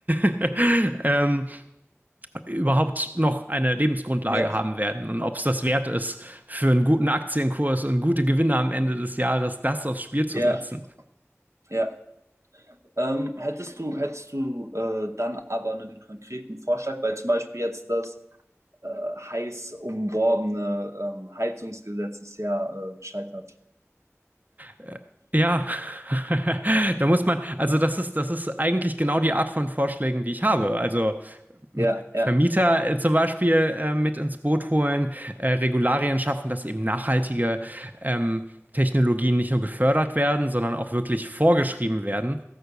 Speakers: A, on the right; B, on the right.
A: <laughs> ähm, überhaupt noch eine Lebensgrundlage
B: Ja,
A: haben werden. Und ob es das wert ist, für einen guten Aktienkurs und gute Gewinne am Ende des Jahres das aufs Spiel zu
B: Ja,
A: setzen.
B: ja. Ähm, hättest du, hättest du äh, dann aber einen konkreten Vorschlag, weil zum Beispiel jetzt das äh, heiß umworbene ähm, Heizungsgesetz ist ja äh, gescheitert.
A: Äh, Ja, <laughs> da muss man, also das ist, das ist eigentlich genau die Art von Vorschlägen, die ich habe. Also
B: Ja, ja,
A: Vermieter äh, zum Beispiel äh, mit ins Boot holen, äh, Regularien schaffen, dass eben nachhaltige ähm, Technologien nicht nur gefördert werden, sondern auch wirklich vorgeschrieben werden.